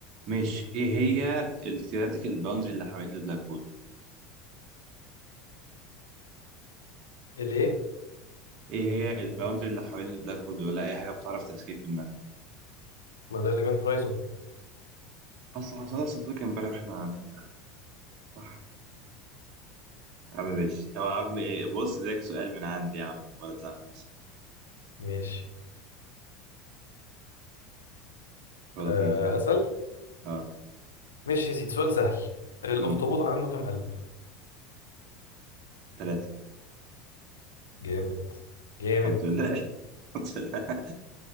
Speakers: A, on the right; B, on the left.
A: ماشي ايه هي الثيوريتيكال باوندري اللي حوالين البلاك هول
B: الايه
A: ايه هي الباوندري اللي حوالين البلاك هول ولا اي حاجه بتعرف تسكيب منها
B: ما ده الايفنت هورايزون
A: اصلا حصل لك امبارح واحنا قاعدين على القهوة. صح يا عم ماشي طب يا عم ايه بص ده سؤال من عندي يا عم ولا تزعل بس
B: ماشي
A: ولا
B: آه
A: اديني سؤال
B: اسأل
A: اه
B: ماشي يا سيدي سؤال سهل الاخطبوط
A: امم
B: عنده كام قلب
A: ثلاثة
B: جامد جامد
A: الحمد لله <laughs> الحمد لله